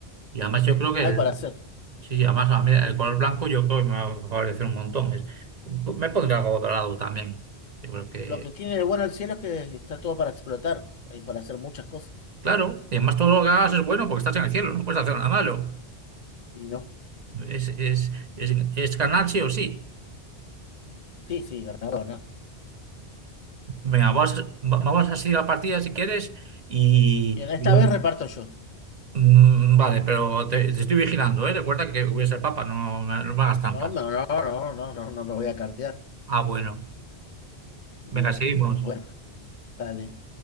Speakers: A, on the right; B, on the left.
A: Y además yo creo que
B: hay
A: el-
B: para hacer.
A: Sí, sí, además a mí el color blanco yo creo que me va a favorecer un montón. Es- me pondré algo dorado también. Yo creo que,
B: Lo que tiene de bueno el cielo es que está todo para explotar, hay para hacer muchas cosas.
A: claro, y además todo lo que hagas es bueno porque estás en el cielo, no puedes hacer nada malo.
B: Y no,
A: Es, es, es, es ganar sí o sí.
B: sí, sí, ganador, ¿no?
A: Venga, vas- va- vamos a seguir la partida si quieres y...
B: Y en esta
A: y luego-
B: vez reparto yo.
A: Mm, vale, pero te, te estoy vigilando, ¿eh? Recuerda que voy a ser papa, no, me- no me hagas trampas.
B: No, no, no, no, no, no, no me voy a cartear.
A: Ah, bueno.
B: Bien,
A: Venga, seguimos.
B: <laughs> bueno, dale.